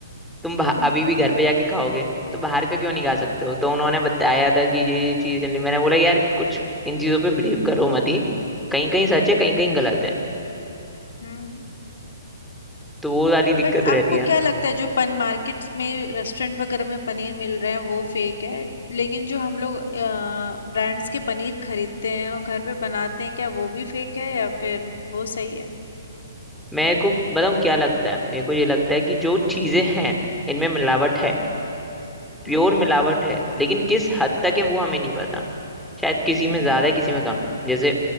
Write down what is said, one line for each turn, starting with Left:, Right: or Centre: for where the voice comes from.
Centre: तुम बाह-
Left: हम्म
Centre: अभी
Left: हम्म
Centre: भी घर पे जाके खाओगे तो बाहर का क्यों नहीं खा
Left: हम्म,
Centre: सकते हो तो उन्होंने बताया था कि ये ये चीजें चल रही मैंने बोला यार कुछ इन चीजों पे बिलीव करो मत ही कहीं कहीं सच है कहीं कहीं गलत है
Left: हम्म।
Centre: तो वो वाली दिक्कत
Left: बट
Centre: रहती
Left: आपको
Centre: है
Left: क्या लगता है जो पन मार्केट्स में रेस्टोरेंट वगैरह में पनीर मिल रहे हैं वो फेक है लेकिन जो हम लोग ब्रांड्स के पनीर खरीदते हैं और घर पे बनाते हैं क्या वो भी फेक है या फिर वो सही है
Centre: मेरे को बताऊँ क्या लगता है मेरे को ये लगता है कि जो चीजें हैं इनमें मिलावट है
Left: हम्म
Centre: प्योर
Left: हम्म
Centre: मिलावट है लेकिन किस हद तक है वो हमें नहीं पता शायद किसी में
Left: हम्म
Centre: ज्यादा है किसी में कम जैसे